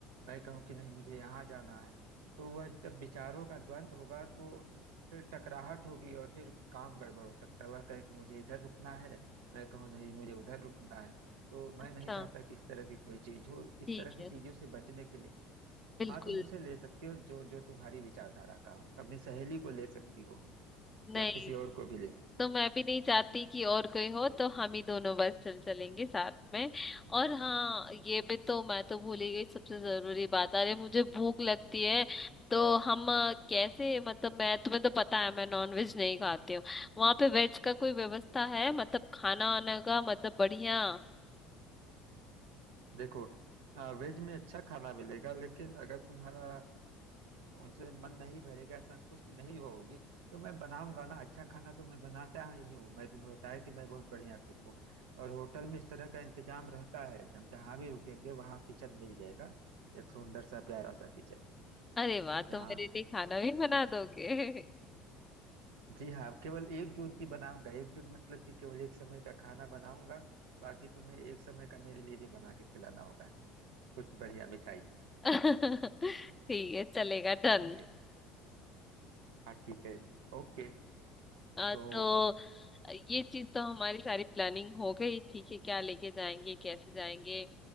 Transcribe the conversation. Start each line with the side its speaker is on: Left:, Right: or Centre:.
Right: मैं कहूँ कि नहीं मुझे यहाँ जाना है तो वह जब विचारों का द्वंद्व होगा तो फिर टकराहट होगी और फिर काम गड़बड़ हो सकता है वह कहे कि मुझे इधर रुकना है मैं कहूँ नहीं मुझे उधर रुकना है तो मैं
Left: अच्छा
Right: नहीं चाहता कि इस तरह की कोई चीज हो इस
Left: ठीक
Right: तरह की
Left: है
Right: चीजों से बचने के लिए
Left: बिल्कुल
Right: हाँ तुम उसे ले सकती हो जो जो तुम्हारी विचारधारा का हो अपनी सहेली को ले सकती हो
Left: नहीं
Right: या किसी और को भी ले सकती हो
Left: तो मैं भी नहीं चाहती कि और कोई हो तो हम ही दोनों बस चल चलेंगे साथ में और हाँ ये भी तो मैं तो भूल ही गई सबसे जरूरी बात अरे मुझे भूख लगती है तो हम अ, कैसे मतलब मैं तुम्हें तो पता है मैं नॉन वेज नहीं खाती हूँ वहां पे वेज का कोई व्यवस्था है मतलब खाना आना का मतलब बढ़िया
Right: देखो आ, वेज में अच्छा खाना मिलेगा लेकिन अगर तुम्हारा उनसे मन नहीं भरेगा संतुष्ट नहीं होगी तो मैं बनाऊंगा ना अच्छा खाना तो मैं बनाता ही हूँ मैं तुम्हें बताया कि मैं बहुत बढ़िया कुक हूँ और होटल में इस तरह का इंतजाम रहता है हम जहाँ भी रुकेंगे वहाँ किचन मिल जाएगा एक सुंदर सा प्यारा सा किचन
Left: अरे वाह
Right: जहाँ
Left: तुम मेरे लिए खाना भी बना दोगे
Right: जी हाँ केवल एक जून की बनाऊंगा एक जून मतलब कि केवल एक समय का खाना बनाऊंगा बाकी तुम्हें एक समय का मेरे लिए भी बना के खिलाना होगा कुछ बढ़िया मिठाई
Left: <laughs> ठीक है चलेगा डन
Right: ए, हाँ ठीक है ओके
Left: अ,
Right: तो
Left: तो ये चीज तो हमारी सारी प्लानिंग हो गई ठीक है क्या लेके जाएंगे कैसे जाएंगे